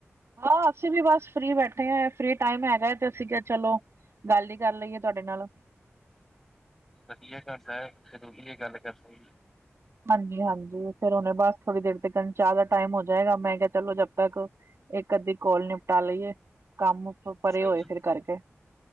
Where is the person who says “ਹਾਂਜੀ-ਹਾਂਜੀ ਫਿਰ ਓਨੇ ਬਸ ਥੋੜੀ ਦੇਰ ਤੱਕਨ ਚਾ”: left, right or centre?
Right